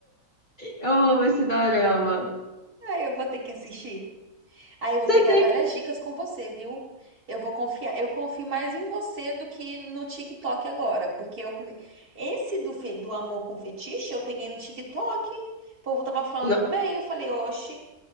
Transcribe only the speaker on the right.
Ah, eu vou ter que assistir. Aí eu vou
pegar
várias
dicas com você, viu? Eu vou confiar. Eu confio mais em você do que no TikTok agora, porque eu come- esse do fe- do amor com fetiche eu peguei no TikTok. O povo tava falando
bem, eu falei, oxe,